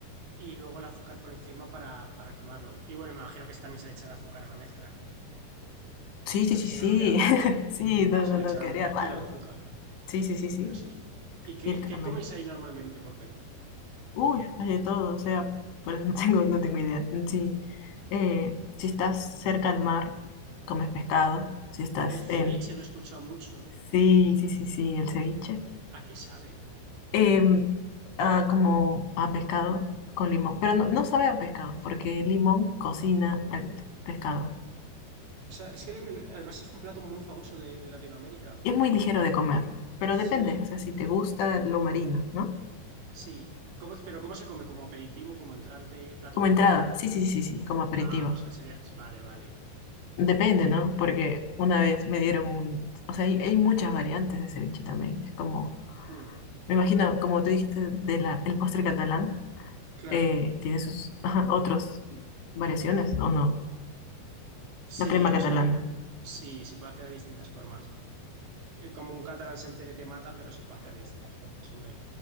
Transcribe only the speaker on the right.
y luego el azúcar por encima para, para quemarlo. Y bueno, me imagino que también se le echa azúcar a la mezcla,
porque
si
no, no queda dulce.
Se
le
echará
un
kilo de azúcar,
pero sí. ¿Y qué,
qué coméis ahí normalmente por Perú?
El ceviche
lo he escuchado mucho.
¿A qué sabe?
O sea, es que lo- lo- además es un plato muy famoso de, de Latinoamérica.
Sí,
Sí. ¿Cómo, pero ¿cómo se come? ¿Como aperitivo, como entrante, plato
principal?
Ah, o sea, sería... Vale, vale.
Mm,
claro.
Sí,
o
sea, sí, se puede hacer de distintas formas. Eh, como un catalán se entere te mata, pero se puede hacer de distintas formas, hombre.